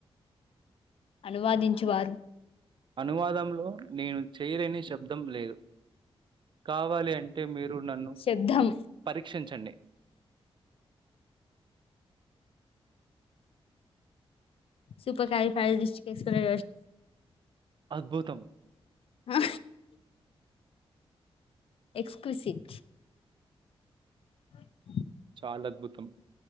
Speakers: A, on the left (about 70°); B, on the right (about 55°).
A: అనువాదించు వారు
B: అనువాదంలో నేను చేయలేని శబ్దం లేదు కావాలి అంటే మీరు నన్ను
A: శబ్దం
B: పరీక్షించండి
A: సూపర్ కాలిఫైడ్ రిషికేశారా
B: అద్భుతం
A: ఆ ఎక్స్క్లూసివ్ అ
B: చాలా అద్భుతం